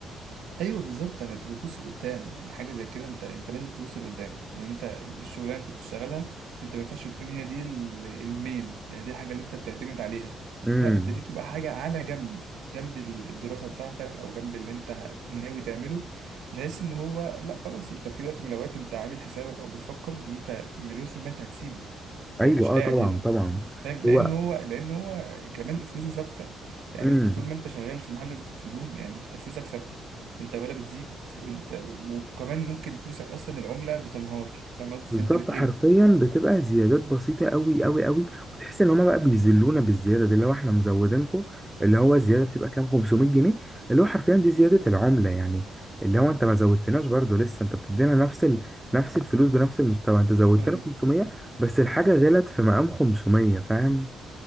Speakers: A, on the right; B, in the centre.
A: ايوه بالظبط انا انت بتبص لقدام يعني حاجه زي كده انت انت لازم تبص لقدام يعني انت الشغلانه انت بتشتغلها انت ما ينفعش تكون هي دي ال- المين يعني دي الحاجه اللي انت بتعتمد عليها
B: امم
A: لا انت دي تبقى حاجه على جنب جنب ال- الدراسه بتاعتك او جنب اللي انت ه- ناوي تعمله بحيث ان هو لا خلاص انت في وقت من الاوقات انت عامل حسابك او بتفكر ان انت مليون في المية انت هتسيبه
B: ايوه
A: انت مش قاعد
B: اه طبعا
A: هنا
B: طبعا
A: فاهم لان
B: هو
A: هو لان هو كمان فلوسه ثابته يعني
B: إمم.
A: انت طول ما انت شغال في محل الهدوم يعني انت فلوسك ثابته انت ولا بتزيد انت وكمان ممكن فلوسك اصلا العملة بتنهار فاهم قصدي
B: بالظبط
A: فانت بتقل
B: حرفيا بتبقى زيادات بسيطة قوي قوي قوي وتحس ان هما بقى بيذلونا بالزيادة دي اللي هو احنا مزودينكم اللي هو الزيادة بتبقى كام 500 جنيه اللي هو حرفيا دي زيادة العملة يعني اللي هو انت ما زودتناش برضو لسه انت بتدينا نفس ال... نفس الفلوس بنفس المستوى انت زودتنا
A: ايوه
B: 500 بس الحاجة غلت في مقام 500 فاهم